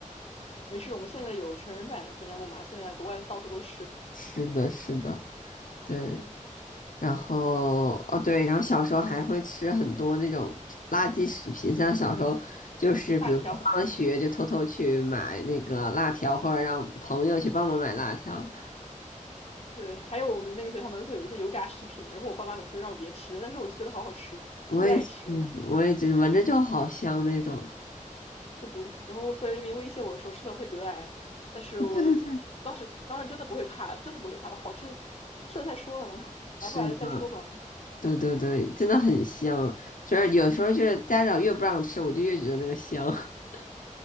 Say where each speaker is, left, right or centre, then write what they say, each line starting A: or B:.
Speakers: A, on the left (about 50°); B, on the left (about 80°).
A: 没事，我们现在有成人版旋转木马，现在国外到处都是
B: 是的，是的，对。然后，哦对，然后小时候还会吃很多那种垃圾食品，像小时候就是比如说放了学就偷偷去买那个辣条，
A: 大条。
B: 或者让朋友去帮忙买辣条。
A: 对，还有我们那个学校门口有一些油炸食品，然后我爸妈每次都让我别吃，但是我就觉得好好吃，
B: 我也是，
A: 就是爱吃，
B: 我也觉得闻着就好香那种。
A: 是毒。然后回来那边威胁我说吃了会得癌，但是我
B: <laughs> 对对对，
A: 当时当时真的不会怕，真的不会怕，的，好吃的吃了再说呢，
B: 是的。
A: 癌不癌的再说吧。
B: 对对对，真的很香。就是有时候就是家长越不让吃，我就越觉得那个香。<laughs>